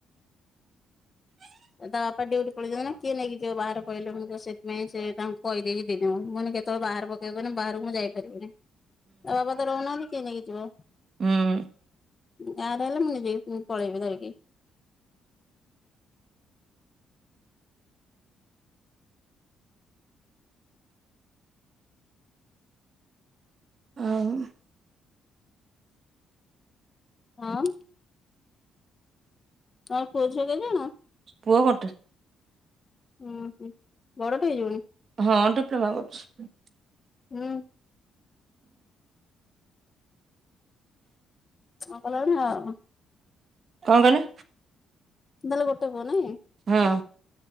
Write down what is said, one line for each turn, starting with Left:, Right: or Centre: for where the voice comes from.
Right: ହ <inaudible>
Left: ତା ବାପା ଡିୟୁଟି ପଳେଇଚନ୍ତି ନା କିଏ ନେଇକି ଯିବ ବାହାର କହିଲେ ମୁଁ ତ ସେଥିପାଇଁ ସେ ତାଙ୍କୁ କହିଦେଇକି ଦିଦି ଙ୍କୁ ମୁଁ କହିଲି କେତେ କେତେବେଳେ ବାହାର ପକେଇବନି ବାହାରାରୁକୁ ମୁଁ ଯାଇପାରିବିନି ତା ବାବା ତ ରହୁନାହାନ୍ତି କି ନେଇକି ଯିବ।
Right: ହୁଁ।
Left: ଗାଁ ରେ ହେଲେ ମୁଁ ନିଯେ ବି ପଳେଇବି ଧରିକି।
Right: ଆଉ
Left: ଆଁ? ତମ ପୁଅଝିଅ କେଇ ଜଣ?
Right: ପୁଅ ଗୋଟେ।
Left: ଉଁ ହୁଁ ବଡଟେ ହେଇଯିବଣି?
Right: ହଁ ଡିପ୍ଲୋମା କରୁଛି।
Left: ମୁଁ ହଁ କଲାଣି ଆଉ।
Right: କଣ କହିଲ?
Left: ତାହେଲେ ଗୋଟେ ପୁଅ ନାଇଁ।
Right: ହଁ।